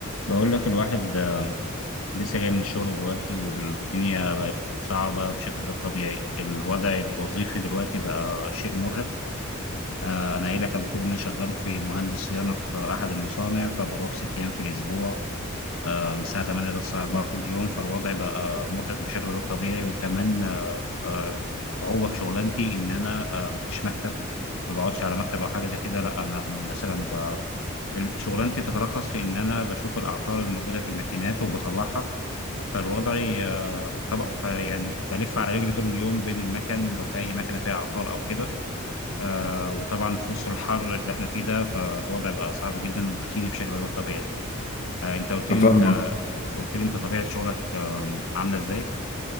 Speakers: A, on the left (about 75°); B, on the left (about 40°).
A: بقول لك الواحد آه، لسه جاي من الشغل دلوقتي والدنيا بقت صعبة بشكل غير طبيعي الوضع الوظيفي دلوقتي بقى شيء مرهق آه، أنا قايل لك قبل كده إن أنا شغال في مهندس صيانة في أحد المصانع فبروح ست أيام في الأسبوع آه، من الساعة 8 للساعة 4
B: مم.
A: كل يوم فالوضع بقى مرهق بشكل غير طبيعي وكمان آه، آه، الصعوبة في شغلانتي إن أنا آه، مفيش مكتب ما بقعدش على مكتب او حاجه زي كده لا انا مثلا ب... شغلانتي بتتركز في ان انا بشوف الاعطال الموجوده في الماكينات وبصلحها فالوضع آه، طبق فيعني بلف على رجلي طول اليوم بين المكن لو في اي مكنه فيها عطال او كده آه وطبعا في وسط الحر اللي احنا فيه ده فالوضع بقى صعب جدا وروتيني بشكل غير طبيعي آه انت قلت لي
B: أنا
A: انت
B: فاهمك
A: قلت لي انت طبيعه شغلك آه عامله ازاي